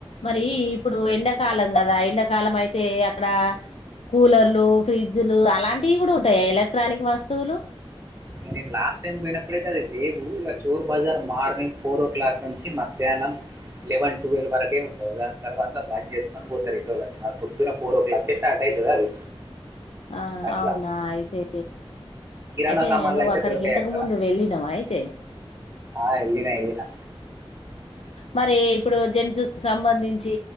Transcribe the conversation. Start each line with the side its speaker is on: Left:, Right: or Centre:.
Left: మరి ఇప్పుడు ఎండాకాలం కదా ఎండకాలం అయితే ఏ అక్కడ కూలర్లు ఫ్రిడ్జ్లు అలాంటివి కూడా ఉంటాయా ఎలక్ట్రానిక్ వస్తువులు
Right: ఇ నేను లాస్ట్ టైం పోయినప్పుడుైతే అది లేవు ఇక Chor Bazaar morning four o'clock నుంచి మధ్యాహ్నం మనం లెవెన్ ట్వల్వరకే ఉంటది లెవెన్ తర్వాత బంద్ చేసుకొని పోతారు ఎటోళ్లు అట మల్ పొద్దున ఫోర్ ఓ క్లాకే స్టార్ట్ అయ్ దా అది
Left: ఆ
Right: అట్లా.
Left: అవునా అయితే
Right: కిరాణా
Left: అయితే
Right: సామాన్లు
Left: నువ్వు
Right: అయితే
Left: అక్కడికి
Right: దొరకాయి
Left: ఇంతకు
Right: అక్కడ
Left: ముందు వెళ్ళినవా అయితే
Right: ఆ ఎల్లినా ఎల్లినా
Left: మరి ఇప్పుడు జెర్జ్ సంబంధించి